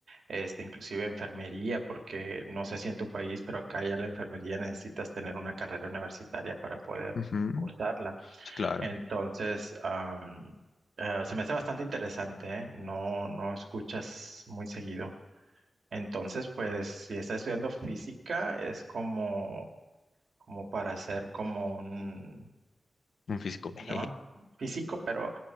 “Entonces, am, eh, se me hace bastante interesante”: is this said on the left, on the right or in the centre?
Right